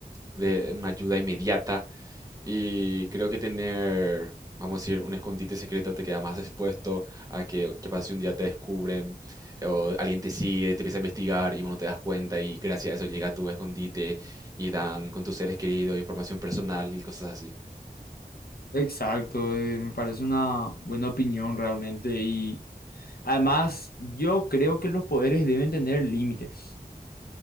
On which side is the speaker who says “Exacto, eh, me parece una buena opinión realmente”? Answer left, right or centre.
Left